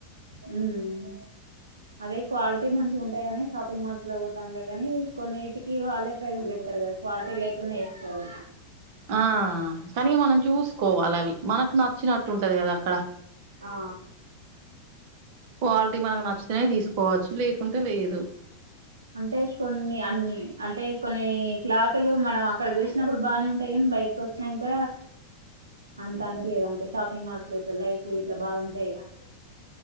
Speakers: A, on the right (about 70°); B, on the right (about 45°).
A: మ్ అదే క్వాలిటీ మంచిగ ఉంటాయిని షాపింగ్ మాల్స్ లో పోతాంలే గానీ కొన్నిటికి వాళ్ళే ప్రైజ్ లేక్ స్తారు కదా క్వాలిటీ లేకున్నా ఏస్తారు
B: ఆ కనిఇగ మనం చూసుకోవాలి అవి మనకు నచ్చినట్టు ఉంటది కదా అక్కడ
A: ఆ
B: క్వాలిటీ మనకు నచ్చితేనే తీసుకోవచ్చు లేకుంటే లేదు
A: అంటే కొన్ని అన్ని అంటే కొన్ని క్లాతులు మనం అక్కడ చూసినప్పుడు బానే ఉంటాయి కాని బయటకు వచ్చినాక అంత అనిపీయదు అంటే షాపింగ్ మాల్స్ లో ఇట్లా లైట్లు గిట్లు బాగుంటాయిగా